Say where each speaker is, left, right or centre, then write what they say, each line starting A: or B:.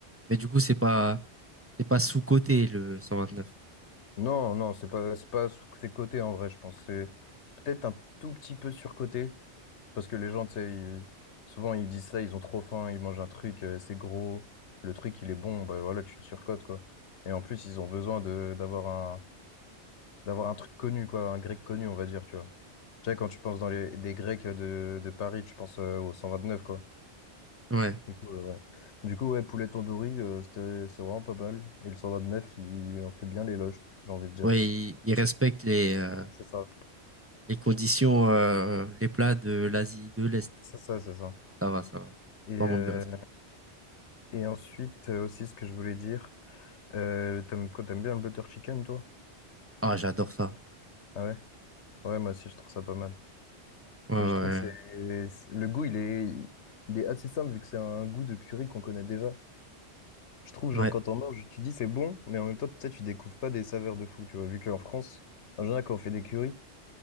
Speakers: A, on the right (about 15°); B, on the left (about 85°).
A: Mais du coup, c'est pas, c'est pas sous-coté, le 129.
B: Non, non, c'est pas, c'est pas, sous- c'est coté en vrai, je pense. C'est peut-être un tout petit peu surcoté. Parce que les gens, tu sais, ils- souvent ils disent ça, ils ont trop faim, ils mangent un truc, euh, c'est gros, le truc il est bon, bah voilà, tu le surcotes, quoi. Et en plus, ils ont besoin de d'avoir un d'avoir un truc connu, quoi, un grec connu, on va dire, tu vois. Tu sais, quand tu penses dans les des Grecs de, de Paris, tu penses euh, au 129, quoi.
A: Ouais.
B: Du coup, euh, ouais. Du coup, ouais, poulet tandoori, euh, c'était, c'est vraiment pas mal. Et le 129, il en fait bien l'éloge, j'ai envie de dire.
A: Ouais, ils, ils respectent les, euh,
B: C'est ça.
A: les conditions, euh, les plats de l'Asie de l'Est.
B: C'est ça, c'est ça.
A: Ça va, ça va.
B: Et,
A: C'est
B: euh,
A: pas un manque de respect.
B: et ensuite, euh, aussi, ce que je voulais dire, euh, t'aimes, quoi, t'aimes bien le butter chicken, toi?
A: Ah, j'adore ça.
B: Ah ouais, ouais, moi aussi je trouve ça pas mal.
A: Ouais, ouais,
B: Mais je trouve c'est c'est- le goût il est il est assez simple vu que c'est un goût de curry qu'on connaît déjà. Je trouve
A: ouais.
B: genre quand on mange, tu dis c'est bon, mais en même temps tu sais tu découvres pas des saveurs de fou, tu vois. Vu qu'en France, en général quand on fait des currys,